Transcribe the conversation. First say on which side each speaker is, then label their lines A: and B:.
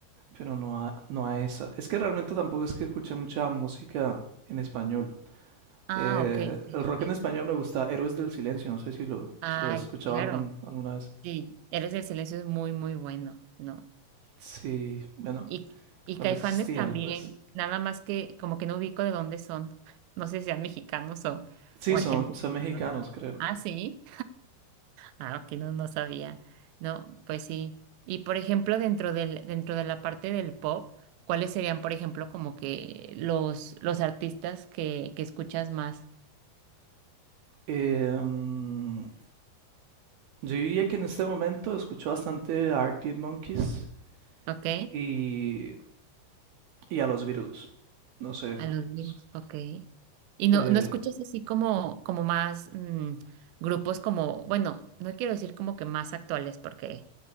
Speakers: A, on the right; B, on the right.
A: Pero no a, no a esa. Es que realmente tampoco es que escuche mucha música en español.
B: ah,
A: Eh,
B: ok, ok,
A: el
B: ok.
A: rock en español me gusta Héroes del Silencio, no sé si lo,
B: Ay,
A: si los has escuchado
B: claro.
A: algún, alguna vez.
B: Sí, Eres del Silencio es muy, muy bueno, ¿no?
A: Sí, bueno,
B: Y, y
A: cuando
B: Caifanes
A: existían,
B: también,
A: pues.
B: nada más que como que no ubico de dónde son. No sé si sean mexicanos o,
A: Sí,
B: o argentinos,
A: son, son mexicanos,
B: no sé.
A: creo.
B: Ah, sí. Ah, ok, no, no sabía. No, pues sí. Y por ejemplo, dentro del, dentro de la parte del pop, ¿cuáles serían, por ejemplo, como que los, los artistas que, que escuchas más?
A: Eh, mm, yo diría que en este momento escucho bastante a Arctic Monkeys
B: ¿Ok?
A: y, y a los Beatles. No sé,
B: A los Beatles,
A: pues,
B: ok. Y no,
A: eh,
B: no escuchas así como, como más mm, grupos como, bueno, no quiero decir como que más actuales, porque,